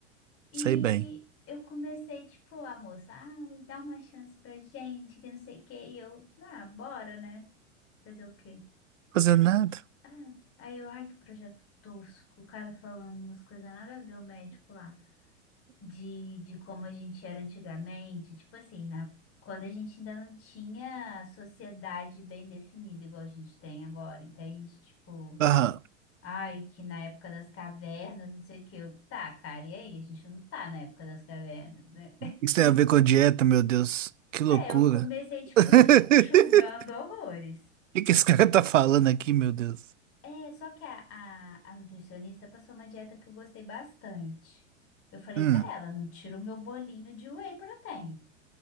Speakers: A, on the left; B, on the right.
A: E
B: sei bem.
A: eu comecei, tipo, a moça, ah, dá uma chance pra gente, que não sei o quê. E eu, ah, bora, né? Fazer o quê?
B: Fazendo nada.
A: Ah, aí eu, ai, que projeto tosco. O cara falando umas coisas nada a ver, o médico lá, de, de como a gente era antigamente. Tipo assim, na, quando a gente ainda não tinha sociedade bem definida, igual a gente tem agora, entende? Tipo,
B: Aham.
A: ai, que na época das cavernas, não sei o quê. Eu, tá, cara, e aí? A gente não tá na época das cavernas, né?
B: Isso tem
A: <laughs>
B: a ver com a dieta, meu Deus. Que loucura.
A: É, eu comecei, tipo,
B: <laughs>
A: ju- julgando horrores.
B: O que que esse cara tá falando aqui, meu Deus?
A: É, só que a, a, a nutricionista passou uma dieta que eu gostei bastante. Eu falei
B: Hum.
A: pra ela, não tira o meu bolinho de whey protein,